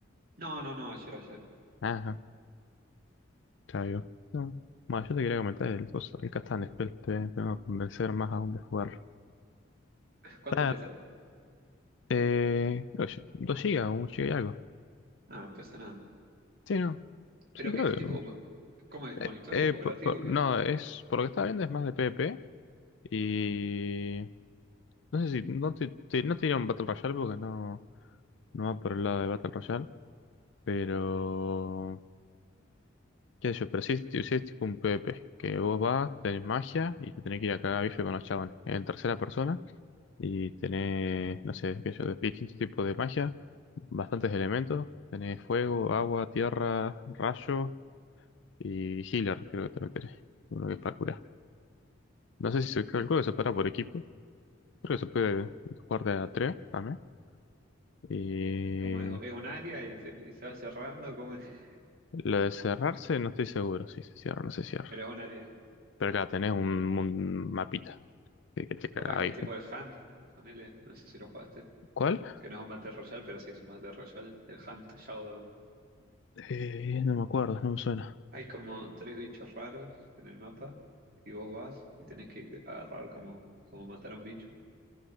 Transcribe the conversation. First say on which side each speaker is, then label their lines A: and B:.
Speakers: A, on the right; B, on the left.
A: No, no, no, ayer, ayer.
B: Ajá, claro, yo. No. Bueno, yo te quería comentar el coso, el Catan Spell, te voy te voy a convencer más aún de jugarlo.
A: <laughs> ¿Cuánto
B: Está,
A: pesa?
B: eh, oye, 2 gigas, un giga y algo.
A: Ah, pesa nada.
B: Sí, no. Sí,
A: ¿Pero
B: creo
A: qué es
B: que.
A: tipo? ¿Cómo es?
B: eh,
A: ¿Con historias?
B: eh,
A: ¿Cooperativo?
B: por- por-
A: ¿Qué
B: no,
A: es?
B: es. Por lo que estaba viendo es más de PvP. Y. No sé si. No te, te- no te diría un Battle Royale porque no. No va por el lado de Battle Royale. Pero. ¿Qué sé yo? Pero sí, es sí es tipo un PvP, que vos vas, tenés magia y te tenés que ir a cagar a bife con los chavales. En tercera persona y tenés, no sé, qué sé yo, distintos tipos de magia, bastantes elementos. Tenés fuego, agua, tierra, rayo y healer, creo que también tenés. Uno que es para curar. No sé si se calcula que se para por equipo. Creo que se puede jugar de a tres también. Y
A: ¿Cómo es? ¿Es un área y se, y se va cerrando? ¿Cómo es? <laughs>
B: lo de cerrarse no estoy seguro si se cierra o no se cierra.
A: Pero es un área.
B: Pero acá tenés un, un mapita que, que te
A: Capaz
B: caga
A: que
B: a bife.
A: es tipo el Hunt, ponele, no sé si lo jugaste.
B: ¿Cuál?
A: Que no es un Battle Royale, pero sí es un Battle Royale. El Hunt Showdown.
B: Eh, no me acuerdo, no me suena.
A: Hay como tres bichos raros en el mapa y vos vas y tenés que agarrar como, como matar a un bicho.